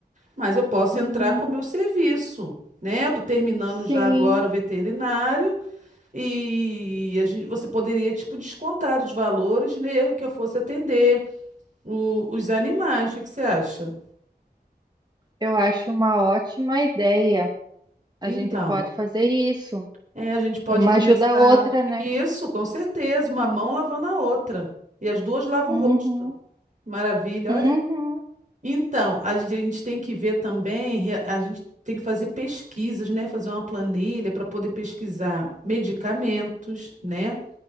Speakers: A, on the right (about 50°); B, on the right (about 25°).
A: mas eu posso
B: Uhum,
A: entrar com o meu serviço, né? Eu tô terminando
B: sim,
A: já agora o veterinário e a gente, você poderia tipo descontar os valores, né, que eu fosse atender o- os animais. O que que você acha?
B: eu acho uma ótima ideia. A
A: Então,
B: gente pode fazer isso.
A: é, a gente pode
B: Uma
A: começar
B: ajuda a outra, né?
A: isso, com certeza, uma mão lavando a outra e as duas lavam
B: Uhum,
A: o rosto. Maravilha,
B: uhum,
A: olha. Então, a gente tem que ver também, re- a gente tem que fazer pesquisas, né? Fazer uma planilha para poder pesquisar medicamentos, né?